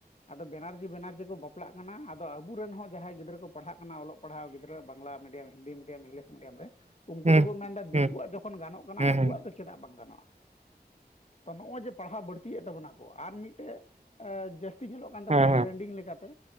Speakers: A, on the left (about 40°); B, on the right (about 40°).
A: ᱟᱫᱚ ᱵᱮᱱᱟᱨᱡᱤ ᱵᱮᱱᱟᱨᱡᱤ ᱠᱚ ᱵᱟᱯᱞᱟᱜ ᱠᱟᱱᱟ ᱟᱫᱚ ᱟᱵᱚᱨᱮᱱ ᱦᱚᱸ ᱡᱟᱦᱟᱸᱭ ᱜᱤᱫᱽᱨᱟᱹ ᱠᱚ ᱯᱟᱲᱦᱟᱜ ᱠᱟᱱᱟ ᱚᱞᱚᱜ ᱯᱟᱲᱦᱟᱣ ᱜᱤᱫᱽᱨᱟᱹ Bangla medium, Hindi medium, English medium ᱨᱮ ᱩᱱᱠᱩ
B: ᱦᱩᱸ
A: ᱫᱚᱠᱚ
B: ᱦᱩᱸ ᱦᱩᱸ
A: ᱢᱮᱱᱫᱟ ᱫᱤᱠᱩᱣᱟᱜ
B: ᱦᱩᱸ
A: ᱡᱚᱠᱷᱚᱱ ᱜᱟᱱᱚᱜ ᱠᱟᱱᱟ
B: ᱦᱮᱸ
A: ᱟᱵᱚᱣᱟᱜ
B: ᱦᱮᱸ
A: ᱫᱚ ᱪᱮᱫᱟᱜ ᱵᱟᱝ ᱜᱟᱱᱚᱜᱼᱟ ᱾ ᱛᱚ ᱱᱚᱜᱼᱚᱭ ᱡᱮ ᱯᱟᱲᱦᱟᱣ ᱵᱟᱹᱲᱛᱤᱭᱮᱫ ᱛᱟᱵᱚᱱᱟ ᱠᱚ ᱟᱨ ᱢᱤᱫ ᱢᱤᱫᱴᱮᱡ ᱡᱟᱹᱥᱛᱤ ᱧᱮᱞᱚᱜ ᱠᱟᱱ ᱛᱟᱵᱚᱱᱟ
B: ᱦᱮᱸ
A: ᱴᱨᱮᱱᱰᱤᱝ ᱞᱮᱠᱟᱛᱮ